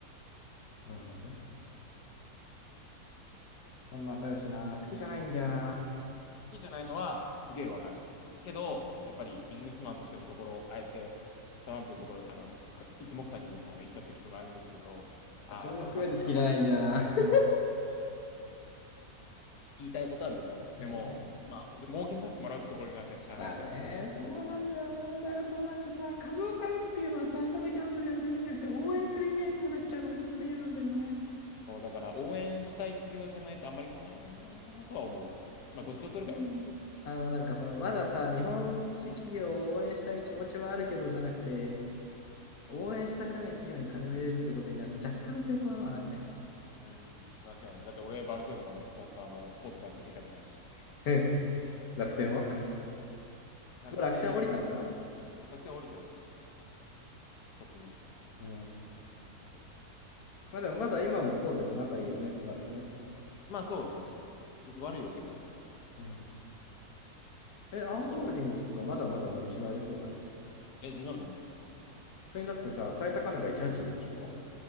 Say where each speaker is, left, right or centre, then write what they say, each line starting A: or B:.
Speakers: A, on the left (about 70°); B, on the left (about 85°).
A: なるほどね。孫正義な、好きじゃないんだよな。
B: きじゃないのはすげえわかる。けど、やっぱりビジネスマンとしてのところ、あえてトランプのところ、あの、か一目散にあの行った時とか、ああいうの見てると、ああ、
A: それも含めて好きじゃないんだよな。
B: やっぱうまいなー
A: <laughs>
B: 言いたいことはめっちゃわかる。
A: ねえ
B: でも、まあ、儲けさせてもらうところに関してはやっぱしゃあないかな。
A: まあね、そうなんだよな。だからそのなんかさ、株を買うっていうのはさ、ただギャンブルやるだけじゃなくて、応援する意味合いにもなっちゃうのがちょっと嫌なんだよね。
B: そうだから応援したい企業じゃないとあんまり叶なうがいいんじゃないかなとは思う。まあ、
A: シンプルに。
B: どっちを取るかやね。
A: あの、なんかその、まださ、日本式企業を応援したい気持ちはあるけど、じゃなくて、応援したくない企業に金を入れるってことに関して若干の抵抗はあるね。
B: うん、間違いない。だって俺、バルセロナのスポンサーのスポティファイって入れたくないし。
A: <laughs> え楽天は
B: 楽天、
A: もう楽天降りたのか。
B: 楽天降りたやつね。特に。
A: うん。
B: そう
A: まあでもまだ今も神戸と仲いいよね、バルサね。
B: まあそうね。別に悪いわけではない。っ
A: うん。え、アンホールディングスとかまだまだ伸びしろありそうだね。
B: ていうところも。え、全然あると思う。
A: 普通にだってさ、最高値が182でしょ